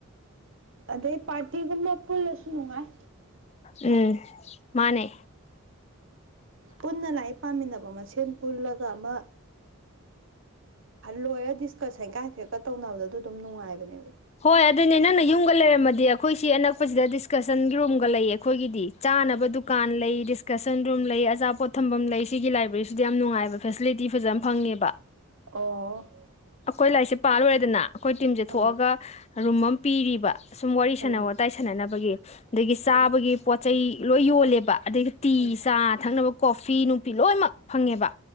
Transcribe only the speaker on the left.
ꯎꯝ ꯃꯥꯅꯦ
ꯍꯣꯏ ꯑꯗꯨ ꯅꯪꯅ ꯌꯨꯝꯒ ꯂꯩꯔꯝꯃꯗꯤ ꯑ ꯑꯩꯈꯣꯏ ꯁꯤ ꯑꯅꯛꯄꯁꯤꯗ ꯗꯤꯁꯀꯁꯟꯒꯤ ꯔꯨꯝꯒ ꯂꯩꯌꯦ ꯑꯩꯈꯣꯏꯒꯤꯗꯤ ꯆꯥꯅꯕ ꯗꯨꯀꯥꯟ ꯂꯩ ꯗꯤꯁꯀꯁꯟ ꯔꯨꯝ ꯂꯩ ꯑꯆꯥꯄꯣꯠ ꯊꯝꯐꯝ ꯂꯩ ꯁꯤꯒꯤ ꯂꯥꯏꯕ꯭ꯔꯦꯔꯤꯁꯤꯗ ꯌꯥꯝ ꯅꯨꯡꯉꯥꯏꯕ ꯐꯦꯁꯤꯂꯤꯇꯤ ꯐꯖꯅ ꯐꯪꯉꯦꯕ
ꯑꯀꯣꯏ ꯂꯥꯏꯁꯤ ꯄꯥ ꯂꫭꯏꯔꯦꯗꯅ ꯑꯩꯈꯣꯏ ꯇꯤꯝꯁꯦ
ꯊꯣꯛꯑꯒ ꯔꯨꯝ ꯑꯃ ꯄꯤꯔꯤꯕ ꯁꯨꯝ ꯋꯥꯔꯤ ꯁꯥꯟꯅꯕ
ꯋꯥꯇꯥꯏ ꯁꯥꯟꯅꯅꯕꯒꯤ ꯑꯗꯒꯤ ꯆꯥꯕꯒꯤ
ꯄꯣꯠ ꯆꯩ ꯂꯣꯏ ꯌꯣꯜꯂꯦꯕ ꯑꯗꯒꯤ ꯇꯤ
ꯆꯥ ꯊꯛꯅꯕ ꯀꯣꯐꯤ ꯅꯨꯄꯤ ꯂꯣꯏꯅꯃꯛ ꯐꯪꯉꯦꯕ